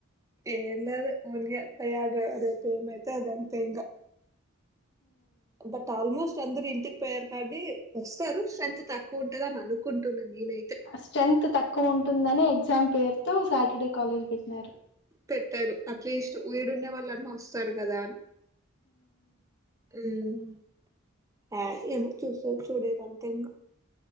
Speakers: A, on the right; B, on the left.
A: ఏం లేదు ఒల్గే పయాగ్ రేపేమైతే అదంతే ఇంగ బట్ ఆల్మోస్ట్ అందరు ఇంటికి పొయారు కాబట్టి వస్తారు స్ట్రెంత్ తక్కువ ఉంటదని అనుకుంటున్నా నేనైతే
B: స్ట్రెంగ్త్ తక్కువ ఉంటుందని ఎగ్జామ్ పేరుతో సాటర్డే కాలేజ్ పెట్నారు
A: పెట్టాడు అట్లీస్ట్ వీడున్న వాళ్ళన్న వస్తారు కదా మ్మ్ ఆ ఏమో చూసే చూడేదంతేన్